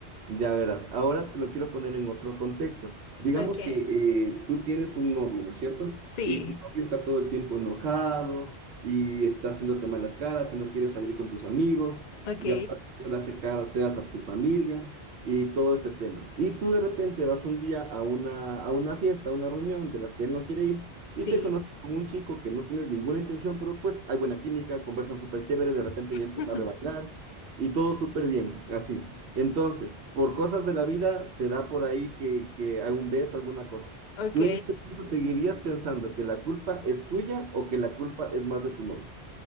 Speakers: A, on the right; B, on the left.
A: Ya verás, ahora te lo quiero poner en otro contexto. Digamos
B: Ok,
A: que eh, tú tienes un novio, ¿no es cierto?
B: sí,
A: Y tu novio está todo el tiempo enojado y está haciéndote malas caras y no quiere salir con tus amigos
B: ok,
A: y aparte le hace caras feas a tu familia y todo este tema. Y tú de repente vas un día a una, a una fiesta, a una reunión de las que él no quiere ir y
B: sí,
A: te conoces con un chico que no tienes ninguna intención, pero pues hay buena química, conversan súper chévere, de repente
B: <laughs>
A: y él se sabe bailar. Y todo súper bien, así. Entonces, por cosas de la vida, se da por ahí que, que hay un beso, alguna cosa.
B: ok.
A: ¿Tú en ese punto seguirías pensando que la culpa es tuya o que la culpa es más de tu novio?